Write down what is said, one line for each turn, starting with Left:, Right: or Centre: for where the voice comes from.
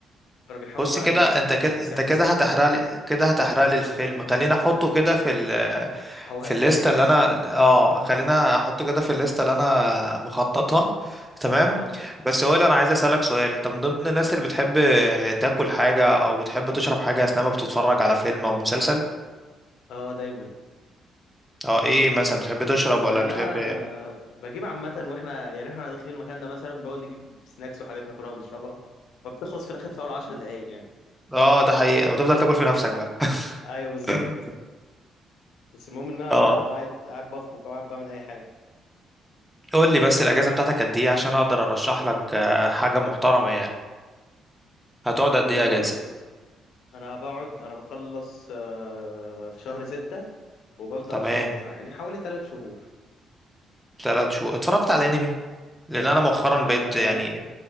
Left: كانوا بيحاولوا
Centre: بص
Left: بقى
Centre: كده
Left: ي-
Centre: انت كده
Left: يسعفوا
Centre: انت كده
Left: الست
Centre: هتحرق لي كده هتحرق لي الفيلم خلينا احطه كده في ال
Left: هو
Centre: في
Left: هيتحرق
Centre: الليسته
Left: اه
Centre: اللي انا اه خلينا احطه كده في الليسته اللي انا مخططها تمام
Left: اه
Centre: بس هو اللي انا عايز اسالك سؤال انت من ضمن الناس اللي بتحب تاكل حاجه او بتحب تشرب حاجه اثناء ما بتتفرج على فيلم او مسلسل
Left: اه دايما
Centre: اه ايه مثلا بتحب تشرب
Left: بس
Centre: ولا
Left: مع انها
Centre: بتحب
Left: آه، بجيب عامة واحنا يعني احنا داخلين المكان ده مثلا بقول نجيب سناكس وحاجات ناكلها ونشربها فبتخلص في الآخر في أول عشر دقايق يعني
Centre: اه ده حقيقي او تفضل تاكل في نفسك بقى <laughs>
Left: ايوه بالظبط بس المهم ان انا
Centre: اه
Left: قاعد قاعد بفرك او قاعد بعمل اي حاجه
Centre: قول لي بس الاجازه بتاعتك قد ايه عشان اقدر ارشح لك آه، حاجه محترمه يعني هتقعد
Left: أه
Centre: قد ايه اجازه
Left: بص انا بقعد انا بخلص أه في شهر ستة وببدأ
Centre: تمام
Left: في شهر تسعة يعني حوالي ثلاث شهور
Centre: ثلاث شهور اتفرجت على انمي لان انا مؤخرا
Left: أه
Centre: بقيت يعني
Left: لا